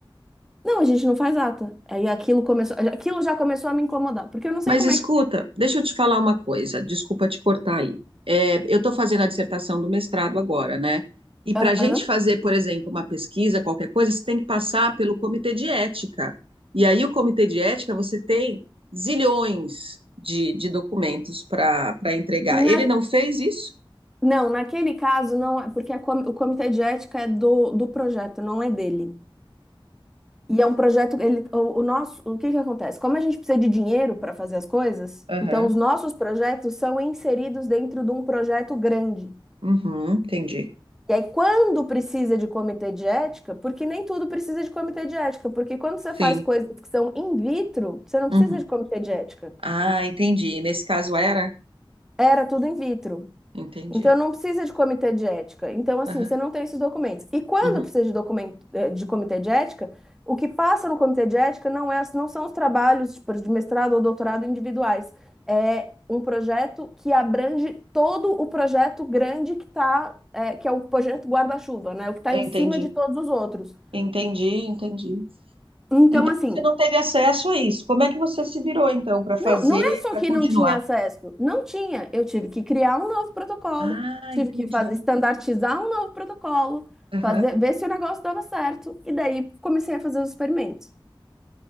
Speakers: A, in the centre; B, on the right (about 80°).
A: Não, a gente não faz ata. Aí aquilo começou, aquilo já começou a me incomodar, porque eu não sei
B: Mas
A: como
B: escuta,
A: é que.
B: deixa eu te falar uma coisa, desculpa te cortar aí. É, eu estou fazendo a dissertação do mestrado agora, né? E para
A: Ah,
B: a gente
A: hã?
B: fazer, por exemplo, uma pesquisa, qualquer coisa, você tem que passar pelo comitê de ética. E aí, o comitê de ética, você tem zilhões de, de documentos para para entregar.
A: Na-
B: Ele não fez isso?
A: Não, naquele caso não é, porque a com- o comitê de ética é do, do projeto, não é dele. E é um projeto, ele, o, o nosso, o que que acontece? Como a gente precisa de dinheiro para fazer as coisas,
B: Aham,
A: então os nossos projetos são inseridos dentro de um projeto grande.
B: Uhum, entendi.
A: E aí, quando precisa de comitê de ética, porque nem tudo precisa de comitê de ética, porque quando você
B: sim.
A: faz coisas que são in vitro, você não
B: Uhum.
A: precisa de comitê de ética.
B: Ah, entendi. Nesse caso era?
A: Era tudo in vitro.
B: Entendi.
A: Então não precisa de comitê de ética. Então, assim,
B: Aham,
A: você não tem esses documentos. E quando
B: uhum.
A: precisa de documento, eh, de comitê de ética, o que passa no comitê de ética não é, não são os trabalhos, tipo, de mestrado ou doutorado individuais. É um projeto que abrange todo o projeto grande que tá, eh, que é o projeto guarda-chuva, né? O que está
B: Entendi,
A: em cima de todos os outros.
B: entendi, entendi.
A: Então,
B: Então
A: assim,
B: você não teve acesso a isso. Como é que você se virou então para fazer,
A: Não, não é só
B: para
A: que
B: continuar?
A: não tinha acesso. Não tinha. Eu tive que criar um novo protocolo,
B: Ah,
A: tive
B: entendi.
A: que fazer, estandartizar um novo protocolo,
B: Aham.
A: fazer, ver se o negócio dava certo. E daí comecei a fazer os experimentos.